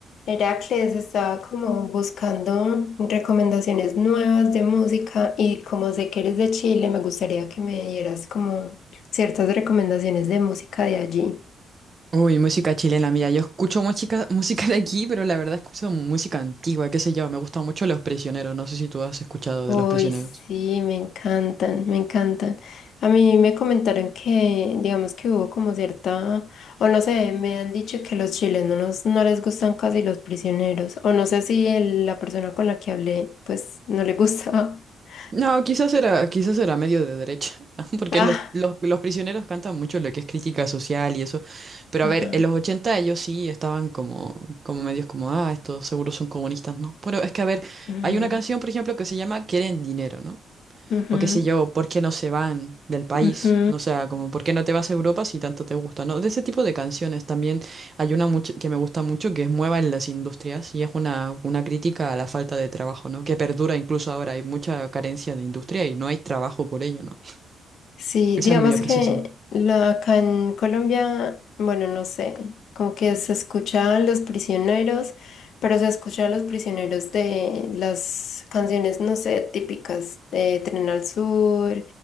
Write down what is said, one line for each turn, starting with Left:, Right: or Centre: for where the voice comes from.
Left: Heracles estaba como buscando recomendaciones nuevas de música y como sé que eres de Chile, me gustaría que me dieras como ciertas recomendaciones de música de allí.
Right: Uy, música chilena, mira, yo escucho música, <laughs> música de aquí, pero la verdad escucho música antigua, qué sé yo, me gustan mucho Los Prisioneros, no sé si tú has escuchado
Left: Uy,
Right: de Los Prisioneros.
Left: sí, me encantan, me encantan. A mí me comentaron que, digamos que hubo como cierta, o no sé, me han dicho que los chilenos no les gustan casi los prisioneros, o no sé si el- la persona con la que hablé, pues no le gustaba. <laughs>
Right: No, quizás era, quizás era medio de derecha, <laughs> porque
Left: Ah,
Right: los, los, los prisioneros cantan mucho lo que es crítica social y eso, pero
Left: ajá.
Right: a ver, en los 80 ellos sí estaban como, como medios como, ah, estos seguros son comunistas, ¿no? Pero es que, a ver,
Left: ujú,
Right: hay una canción, por ejemplo, que se llama Quieren Dinero, ¿no?
Left: ujú.
Right: O qué sé yo, ¿por qué no se van del país?
Left: Ujú.
Right: O sea, como ¿por qué no te vas a Europa si tanto te gusta? ¿No? De ese tipo de canciones también hay una mucho, que me gusta mucho que es Mueva en las industrias y es una, una crítica a la falta de trabajo, ¿no? Que perdura incluso ahora, hay mucha carencia de industria y no hay trabajo por ello, ¿no?
Left: Sí,
Right: Esa
Left: digamos
Right: es mi apreciación.
Left: que la, acá en Colombia, bueno, no sé, como que se escucha a los prisioneros, pero se escucha a los prisioneros de las canciones, no sé, típicas de Tren al Sur,